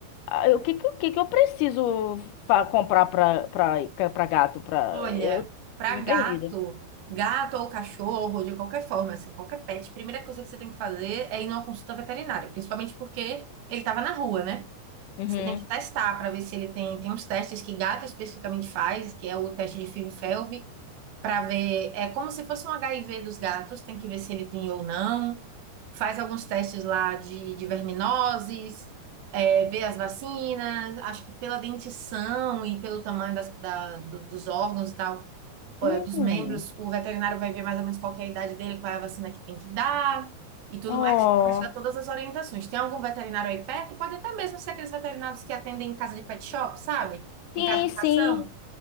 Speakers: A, on the left; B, on the right.
A: Ah, eu- O que, que, o que que eu preciso fa- comprar pra, pra, pra gato? Pra...
B: Olha,
A: Eu
B: para
A: tô me
B: gato,
A: perdida.
B: gato ou cachorro, de qualquer forma, assim, qualquer pet, a primeira coisa que você tem que fazer é ir numa consulta veterinária, principalmente porque ele estava na rua, né?
A: Uhum.
B: Você tem que testar para ver se ele tem, tem uns testes que gato especificamente faz, que é o teste de Klinefelter, para ver, é como se fosse um HIV dos gatos, tem que ver se ele tem ou não. Faz alguns testes lá de, de verminoses, é, ver as vacinas, acho que pela dentição e pelo tamanho das, da- do- dos órgãos e tal
A: Hum.
B: eh, dos membros, o veterinário vai ver mais ou menos qual que é a idade dele, qual é a vacina que tem que dar e tudo
A: Oh.
B: mais, vai te dar todas as orientações. Tem algum veterinário aí perto? Pode até mesmo ser aqueles veterinários que atendem em casa de pet shop, sabe? Em
A: Sim,
B: casa de
A: sim.
B: ração.